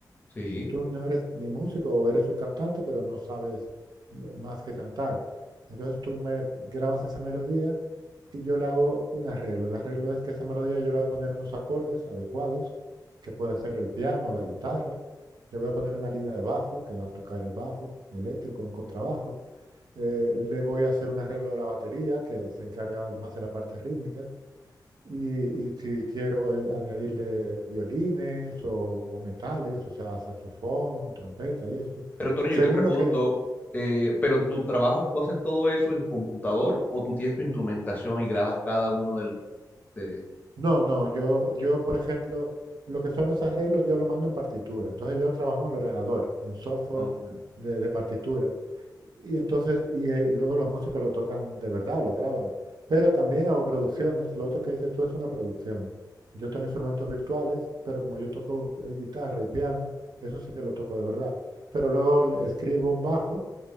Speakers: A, on the left (about 20°); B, on the right (about 70°).
A: Sí.
B: y tú no eres ni músico o eres un cantante, pero no sabes m- más que cantar. Entonces tú me grabas esa melodía y yo le hago un arreglo. El arreglo es que esa melodía yo le voy a poner unos acordes adecuados, que puede ser el piano o la guitarra. Le voy a poner una línea de bajo, que va a tocar el bajo eléctrico, un contrabajo. Eh, le voy a hacer un arreglo de la batería, que se encarga más de la parte rítmica. Y, y si quiero eh, añadirle violines o, o metales, o sea, saxofón, trompeta y esto,
A: Pero Tony,
B: según
A: yo te pregunto,
B: lo que,
A: eh, ¿pero tu trabajo tú haces todo eso en computador o tú tienes tu instrumentación y grabas cada uno de los... De...
B: No, no, yo, yo, por ejemplo, lo que son los arreglos yo lo mando en partitura. Entonces yo trabajo en el ordenador, en software
A: Ok.
B: de, de partituras. Y entonces, y eh, luego los músicos lo tocan de verdad, lo graban. Pero también hago producciones. Lo otro que dices tú es una producción. Yo tengo instrumentos virtuales, pero como yo toco eh, guitarra y piano, eso sí que lo toco de verdad. Pero luego le- escribo un bajo